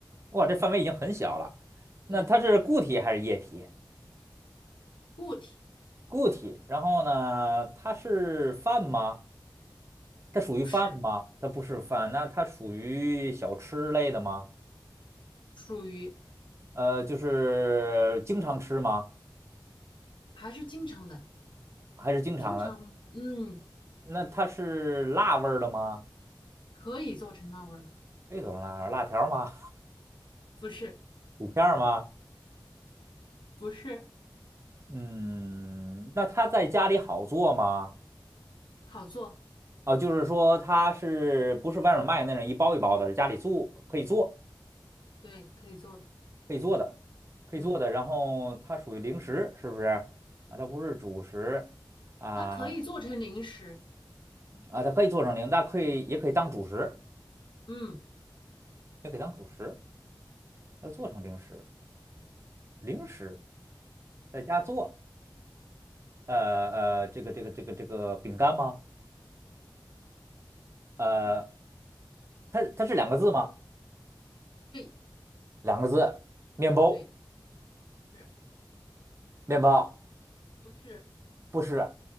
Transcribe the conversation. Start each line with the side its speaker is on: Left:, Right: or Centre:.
Right: 哇，
Left: 嗯，
Right: 这范围已经很小了。那它是固体还是液体？
Left: 对啊，固体
Right: 固体。然后呢，它是饭吗？它属于饭吗？
Left: 不是，
Right: 它不是饭，那它属于小吃类的吗？
Left: 属于
Right: 呃，就是经常吃吗？
Left: 还是经常的，
Right: 还是经常的？
Left: 经常，嗯，
Right: 那它是辣味儿的吗？
Left: 可以做成那味儿的，
Right: 可以做成儿，辣条儿吗？
Left: 不是
Right: 薯片儿吗？
Left: 不是，
Right: 嗯，那它在家里好做吗？
Left: 好做，
Right: 哦，就是说它是不是外面卖那种一包一包的，是家里做可以做
Left: 对，可以做的，
Right: 可以做的，可以做的。
Left: 嗯，
Right: 然后它属于零食，是不是？啊，它不是主食啊
Left: 它可以做成零食，
Right: 啊，它可以做成零，但可以也可以当主食，
Left: 嗯。
Right: 也可以当主食，它做成零食，零食在家做。呃呃，这个这个这个这个饼干吗？呃，
Left: 是
Right: 它它是两个字吗？
Left: 对
Right: 两个字，面包，
Left: 对是
Right: 面包
Left: 不是？
Right: 不是，